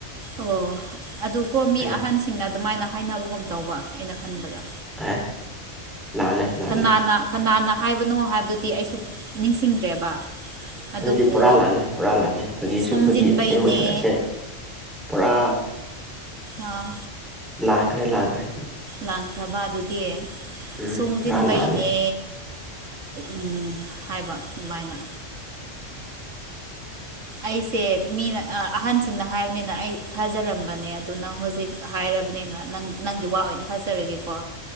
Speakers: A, on the right; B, in the centre.
A: ꯑꯣ ꯑꯗꯨ ꯀꯣ ꯃꯤ
B: ꯑꯌꯥ
A: ꯑꯍꯟꯁꯤꯡꯅ ꯑꯗꯨꯃꯥꯏꯅ ꯍꯥꯏꯅꯕꯒꯨꯝ ꯇꯧꯕ ꯑꯩꯅ ꯈꯟꯕꯗ
B: ꯑꯦ ꯂꯥꯜꯂꯦ ꯂꯥꯜꯂꯦ
A: ꯀꯅꯥꯅ ꯀꯅꯥꯅ ꯍꯥꯏꯕꯅꯣ ꯍꯥꯏꯕꯗꯨꯗꯤ ꯑꯩꯁꯨ ꯅꯤꯡꯁꯤꯡꯗ꯭ꯔꯦꯕ ꯑꯗꯨꯕꯨ
B: ꯑꯗꯨꯗꯤ ꯄꯣꯔꯥ ꯂꯥꯜꯂꯦ ꯄꯣꯔꯥ ꯂꯥꯜꯂꯦ ꯐꯥꯒꯤꯁꯨ
A: ꯁꯣꯡꯖꯤꯟꯕꯩꯅꯦ
B: ꯐꯥꯒꯤ ꯑꯁꯦꯡꯕꯁꯨ ꯑꯁꯦꯡ ꯄꯨꯔꯥ
A: ꯑꯥ
B: ꯂꯥꯡꯈ꯭ꯔꯦ ꯂꯥꯡꯈ꯭ꯔꯦ
A: ꯂꯥꯟꯈ꯭ꯔꯕ ꯑꯗꯨꯗꯤ
B: ꯎꯝ
A: ꯁꯣꯡꯁꯤꯟꯕꯩꯅꯦ
B: ꯄꯨꯔꯥ ꯂꯥꯜꯂꯦ
A: ꯎ ꯍꯥꯏꯕ ꯑꯗꯨꯃꯥꯏꯅ ꯑꯩꯁꯦ ꯃꯤꯅ ꯑꯑꯍꯟ ꯁꯤꯡꯅ ꯍꯥꯏꯕꯅꯤꯅ ꯑꯩ ꯊꯥꯖꯔꯝꯕꯅꯦ ꯑꯗꯨꯗ ꯅꯪ ꯍꯧꯖꯤꯛ ꯍꯥꯏꯔꯕꯅꯤꯅ ꯅꯪ ꯅꯪꯒꯤ ꯋꯥ ꯑꯣꯏꯅ ꯊꯥꯖꯔꯒꯦꯀꯣ